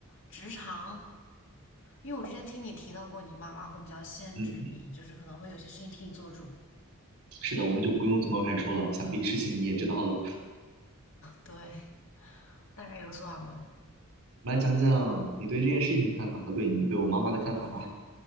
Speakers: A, on the left (about 60°); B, on the right (about 75°).
A: 职场，因为我之前听你提到过，你妈妈会比较限制你，
B: 嗯，
A: 就是可能会有些事情替你做主。
B: 是的，我们就不用从头开始说了，想必事情你也知道了。
A: 对，大概有所耳闻。
B: 我们来讲讲你对这件事情的看法和对你对我妈妈的看法吧。